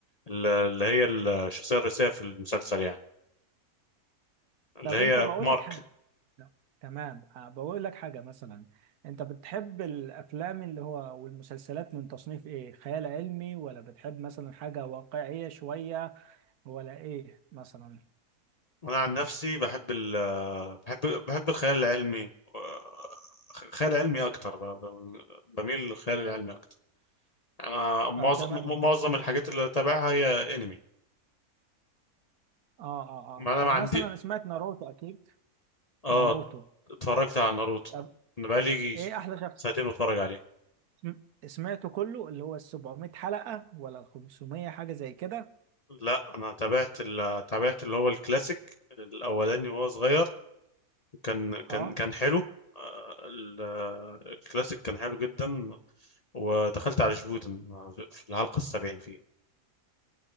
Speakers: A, on the left (about 40°); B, on the right (about 85°).
A: ال- اللي هي الشخصيه الرئيسيه في المسلسل يعني اللي
B: طب
A: هي
B: انت بقول
A: مارك
B: لك حاجة لا. تمام آه بقول لك حاجة مثلا انت بتحب الافلام اللي هو والمسلسلات من تصنيف ايه خيال علمي ولا بتحب مثلا حاجة واقعية شوية ولا ايه مثلا
A: وانا عن نفسي بحب ال آه، بحب بحب الخيال العلمي آه، خيال علمي اكتر ب- ب- بميل للخيال العلمي اكتر انا معظم
B: اه تمام
A: م-
B: يعني
A: معظم الحاجات اللي بتابعها هي انمي
B: اه اه
A: ما
B: اه
A: انا
B: طب
A: ما عندي
B: مثلا سمعت ناروتو اكيد
A: اه
B: ناروتو
A: اتفرجت على ناروتو
B: طب
A: انا بقالي يجي
B: ايه احلى شخص
A: سنتين بتفرج عليه
B: سم- سمعته كله اللي هو ال 700 حلقة ولا 500 حاجة زي كده
A: لا انا تابعت ال... تابعت اللي هو الكلاسيك الاولاني وهو صغير كان كان
B: اه
A: كان حلو آه، ال- آه، الكلاسيك كان حلو جدا ودخلت على جبوتن في الحلقة السبعين فيه